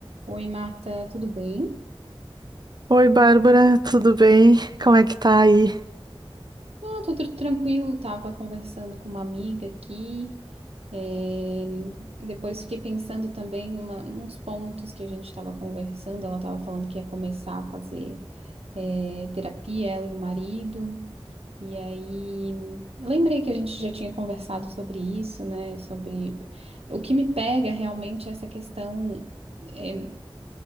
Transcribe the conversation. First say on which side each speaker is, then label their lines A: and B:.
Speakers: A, on the right; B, on the right.
A: Oi, Marta, tudo bem?
B: Oi, Bárbara, tudo bem? Como é que tá aí?
A: Ah, tudo tranquilo. Tava conversando com uma amiga aqui. eh, Depois fiquei pensando também numa, nos pontos que a gente estava conversando. Ela estava falando que ia começar a fazer eh, terapia, ela e o marido. E aí, eu lembrei que a gente já tinha conversado sobre isso, né? Sobre o que me pega realmente é essa questão. eh,